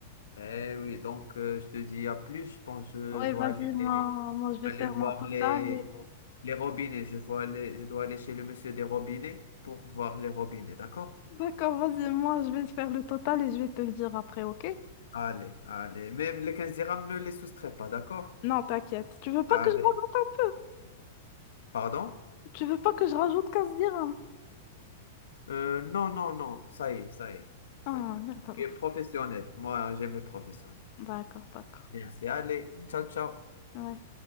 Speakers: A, on the left; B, on the left.
A: Eh oui. donc euh, je te dis à plus, je pense que
B: Ouais,
A: je dois
B: vas-y,
A: aller,
B: moi, moi, je vais
A: aller
B: faire
A: voir
B: mon total.
A: les,
B: et-
A: les robinets. Je vois aller- je dois aller chez le monsieur des robinets pour voir les robinets, d'accord?
B: D'accord, vas-y, moi, je vais faire le total et je vais te le dire après, ok?
A: Allez, allez. Même les 15 dirhams, ne les soustrais pas, d'accord?
B: Non, t'inquiète. Tu veux pas
A: Allez.
B: que je rajoute un peu?
A: Pardon?
B: Tu veux pas que je rajoute 15 dirhams?
A: Euh, non, non, non, ça y est, ça y est, ça
B: Ah,
A: y est.
B: merde alors.
A: Je suis professionnel. Moi, j'aime les professionnels.
B: D'accord, d'accord.
A: Bien, c'est allez. Ciao, ciao.
B: Ouais.